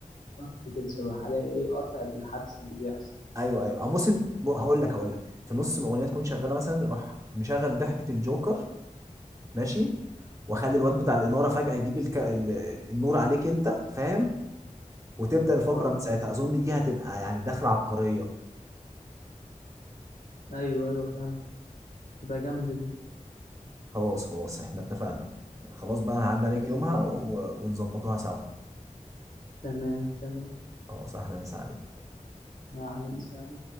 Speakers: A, on the left (about 80°); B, on the right (about 25°).
A: قط كده شبه حاجة ايه قطع الحدث اللي بيحصل
B: ايوه ايوه او موسم هقول لك هقول لك في نص الاغنيه تكون شغاله مثلا يروح مشغل ضحكه الجوكر ماشي واخلي الواد بتاع الاناره فجاه يجيب الك... ال... النور عليك انت فاهم وتبدا الفقره
A: اه
B: من ساعتها اظن دي هتبقى يعني دخله عبقريه
A: ايوه ايوه فعلا تبقى جامدة دي
B: خلاص خلاص احنا اتفقنا خلاص بقى انا هعدي عليك
A: تمام
B: يومها و... ونظبطوها سوا
A: تمام تمام
B: خلاص احلى مسا عليك
A: احلى مساعدة